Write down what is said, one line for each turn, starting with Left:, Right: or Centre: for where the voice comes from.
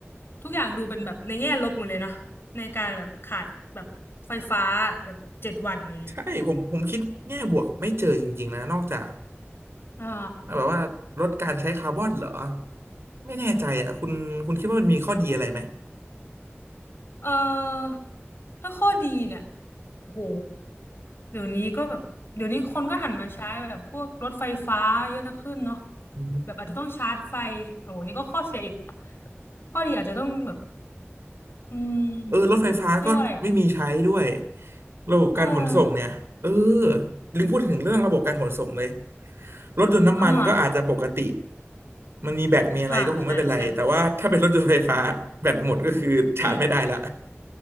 Left: ทุกอย่างดูเป็นแบบในแง่ลบหมดเลยเนาะในการแบบขาดแบบไฟฟ้าแบบเจ็ดวันอย่างเงี้ย
Right: ใช่ผมผมคิดแง่บวกไม่เจอจริงๆนะนอกจาก
Left: อ่า
Right: แบบว่าลดการใช้คาร์บอนเหรอไม่แน่ใจอ่ะคุณคุณคิดว่ามันมีข้อดีอะไรไหม
Left: เอ่อถ้าข้อดีเนี่ยโอ้โหเดี๋ยวนี้ก็แบบเดี๋ยวนี้คนก็หันมาใช้แบบพวกรถไฟฟ้าเยอะขึ้นเนาะ
Right: อืม
Left: แบบอาจจะต้องชาร์จไฟโอ้โหนี่ก็ข้อเสียอีกข้อดีอาจจะต้องแบบอืม
Right: เออรถไฟฟ้าก็ไม่มีใช้ด้วย
Left: เขาเรียกว่าอะไรอ่ะ
Right: ระบบการขนส่งเนี่ยเออ
Left: เออ
Right: ลืมพูดถึงเรื่องระบบการขนส่งเลยรถยนต์น้ำมันก็อาจจะปกติ
Left: อ่า
Right: มันมีแบตมีอะไรก็คงไม่เป็นไรแต่ว่าถ้าเป็นรถยนต์ไฟฟ้าแบตหมดก็คือชาร์จไม่ได้ละ
Left: อ่าใช่ใช่อืม